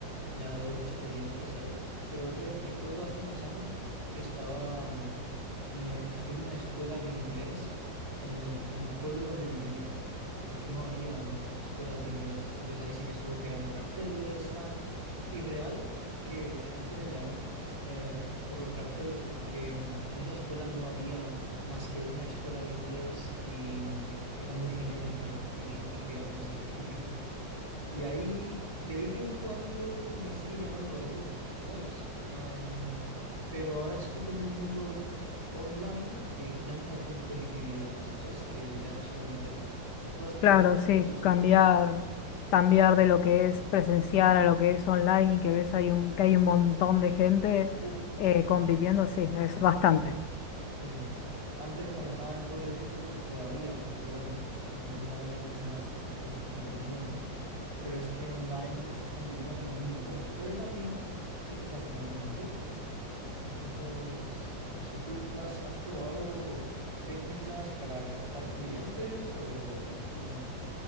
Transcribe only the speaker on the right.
me ha dado experiencia, ¿sabes? Pero re- recuerdo hace unos años que estaba mm, eh, haciendo una escuela de inglés en el, en el pueblo donde vivía, porque no había escuelas de inglés. Entonces ahí sí que estuve pegando carteles, tal, y real que la gente me llamó eh, por los carteles, porque mm, en esa escuela no había más que una escuela de inglés y mm, era muy genérica y la gente quería algo más específico. Y ahí de vez en cuando me sigue llamando alguno, ¿sabes? Am, pero ahora estoy con el mundo online y hay tanta competitividad, ¿sabes? Que ya no sé dónde meterme. ¿Tú has probado
algo de esto?
Uf,
sí. Antes cuando estaba en el pueblecito, pues todavía, porque bueno, pues no, no había mucha más, pues eso, competición, ¿no? Pero es que online estás compitiendo con el mundo entero, pero también te estás abriendo al mundo entero. Entonces, no sé, ¿tú, tú has, has probado técnicas para captar clientes o, o no?